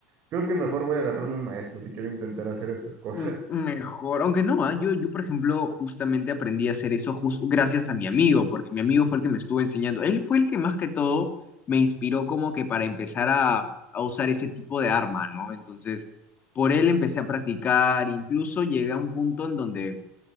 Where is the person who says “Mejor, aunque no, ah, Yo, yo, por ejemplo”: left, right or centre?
Left